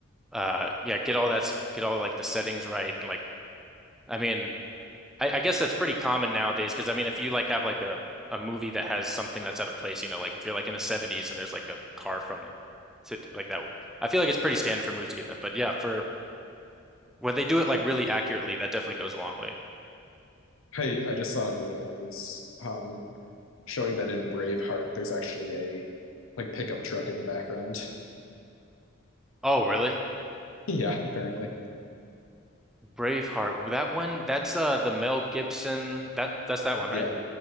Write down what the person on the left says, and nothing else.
I I just saw a meme and it was um showing that in Braveheart there's actually a like pickup truck in the background.
<laughs> yeah, apparently.
Yeah,